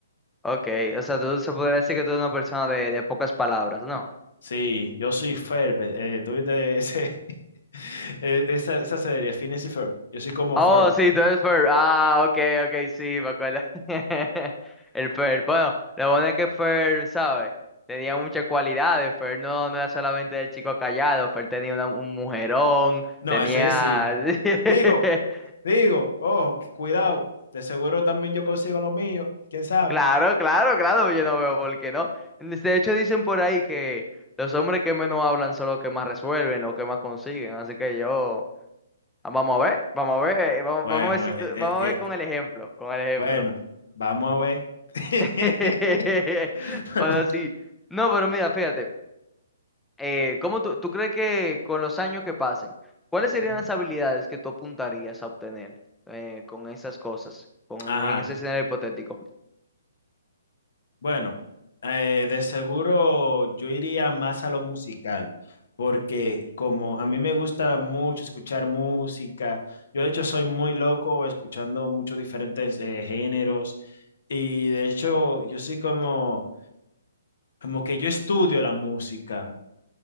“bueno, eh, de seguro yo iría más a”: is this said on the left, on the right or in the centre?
Left